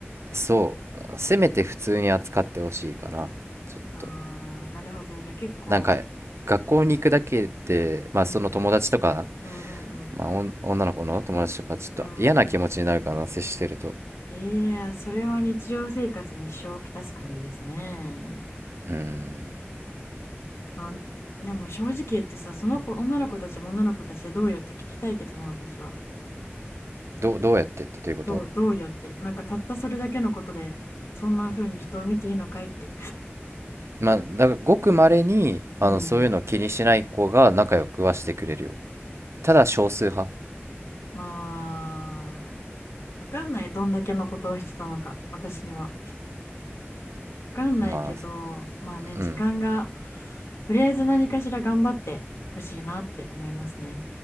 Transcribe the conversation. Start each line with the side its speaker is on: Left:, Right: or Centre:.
Right: そうせめて普通に扱ってほしいかなちょっと
Left: あー、なるほど。じゃあ結構、
Right: なんか学校に行くだけでまあその友達とか
Left: うん、うんうんうん。
Right: まあ、おん女の子の友達とかちょっと嫌な気持ちになるかな接してると
Left: うんうんうんいやー、それは日常生活に支障をきたす感じですね。
Right: うん
Left: まあ、でも正直言ってさ、その子、女の子たちも女の子たちでどうよって聞きたいけどね、私は。
Right: どう、どうやってってということ
Left: どう、どうよって。なんかたったそれだけのことで、そんな風に人を見ていいのかいって。
Right: まあ、だからごくまれにあのそういうの気にしない子が仲良くはしてくれるよ。
Left: うん。
Right: ただ少数派。
Left: まあ、わかんない。どんだけのことをしてたのか、私には。わかんないけど、
Right: まあ、
Left: まあね、時間が、
Right: うん。
Left: とりあえず何かしら頑張ってほしいなって思いますね。